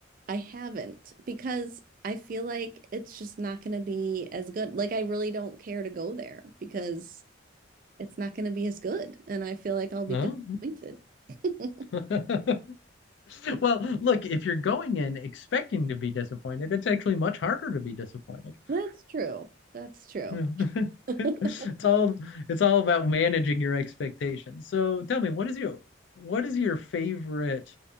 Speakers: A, on the right (about 45°); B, on the left (about 70°).
A: I haven't because I feel like it's just not going to be as good. Like, I really don't care to go there because it's not going to be as good. And I feel like I'll be
B: No.
A: disappointed. <laughs>
B: <laughs> well, look, if you're going in expecting to be disappointed, it's actually much harder to be disappointed.
A: That's true. That's true.
B: Yeah. <laughs>
A: <laughs>
B: it's all it's all about managing your expectations. So tell me, what is your what is your favorite